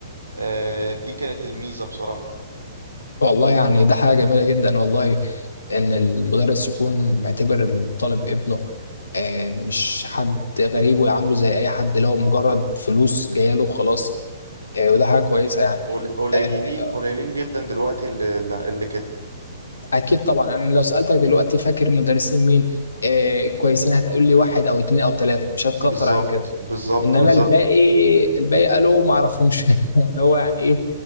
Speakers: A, on the right; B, on the left.
A: آه، دي كانت الميزة بصراحة
B: والله يعني ده حاجة جميلة جدا والله ان المدرس يكون معتبر الطالب ابنه إيه مش حد غريب ويعامله زي اي حد اللي هو مجرد فلوس جاية له وخلاص إيه وده حاجة كويسة يعني
A: قل- قليلين
B: آه،
A: قليلين جدا دلوقتي اللي, اللي كده
B: اكيد طبعا انا لو سالتك دلوقتي فاكر مدرسين مين آه كويسين هتقول لي واحد او اتنين او تلاته مش هتكتر
A: بالظبط
B: عن كده
A: بالظبط
B: انما
A: بالظبط
B: الباقي الباقي قالوا ما اعرفهمش <laughs> اللي هو يعني ايه